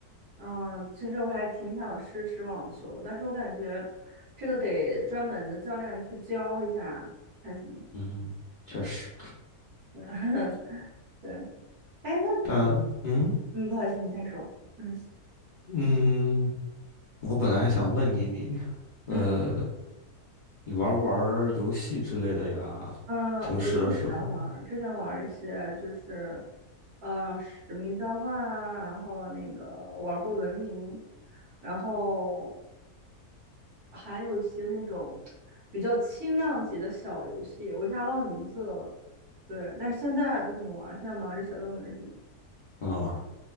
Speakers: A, on the right; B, on the left.
A: 嗯，其实我还挺想试试网球，但是我感觉这个得专门的教练去教一下才行。
B: 嗯哼，确实。
A: 对，<laughs> 对，哎，那
B: 但嗯
A: 嗯，不好意思，你先说。嗯
B: 嗯，我本来还想问你，你，呃，
A: 嗯。
B: 你玩不玩儿游戏之类的呀？
A: 嗯，
B: 平时的时候
A: 我之前玩儿，之前玩儿一些就是，呃，使命召唤啊，然后那个玩儿过文明，然后还有一些那种比较轻量级的小游戏，我一下忘了名字了。对，但是现在不怎么玩儿了，现在忙着写论文什么
B: 啊，